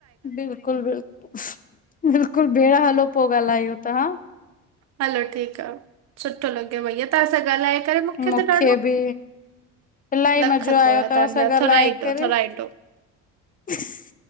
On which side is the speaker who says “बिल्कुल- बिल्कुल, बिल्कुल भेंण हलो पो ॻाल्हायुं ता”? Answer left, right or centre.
Left